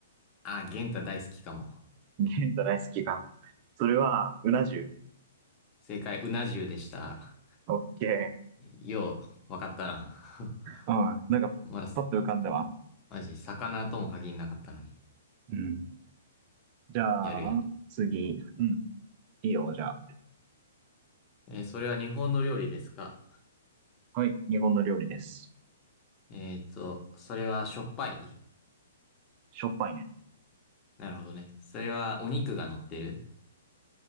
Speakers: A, on the left; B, on the right.
A: あ元ゲンタ大好きかも。
B: 玄太大好きか。それは、うな重。
A: 正解、うな重でした。
B: オッケ
A: よう、わかったな。<laughs>
B: ー。うん。なんか、
A: まだ、
B: パッと浮かんだわ。
A: マジ、魚とも限りなかったのに。
B: うん。じゃ
A: やるやん。
B: あ、次。うん。いいよ、じゃあ。
A: えーそれは日本の料理ですか
B: はい。日本の料理です。
A: えーっと、それはしょっぱい
B: しょっぱいね。
A: なるほどね。それはお肉が乗ってる